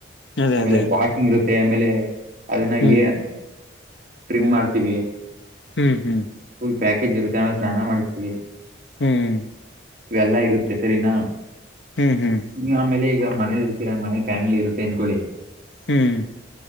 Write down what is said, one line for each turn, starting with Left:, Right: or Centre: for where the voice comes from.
Left: ಅದೇ
Right: ಆಮೇಲೆ
Left: ಅದೇ
Right: ವಾಷಿಂಗ್ ಇರುತ್ತೆ ಆಮೇಲೆ ಅದನ್ನ
Left: ಹ್ಮ್
Right: ಏನ್ ಟ್ರಿಮ್ ಮಾಡ್ತೀವಿ
Left: ಹ್ಮ್ ಹ್ಮ್
Right: ಫುಲ್ ಪ್ಯಾಕೇಜ ಇರುತ್ತೆ ಅ ಸ್ನಾನ ಮಾಡ್ತೀವಿ
Left: ಹ್ಮ್
Right: ಇವೆಲ್ಲಾ ಇರುತ್ತೆ ಸರಿನಾ
Left: ಹ್ಮ್ ಹ್ಮ್
Right: ನೀ ಆಮೇಲೆ ಈಗ ಮನೇಲಿ ಇರ್ತೀರಾ ಮನೇಲಿ ಫ್ಯಾಮಿಲಿ ಇರುತ್ತೆ ಅನ್ಕೊಳ್ಳಿ
Left: ಹ್ಮ್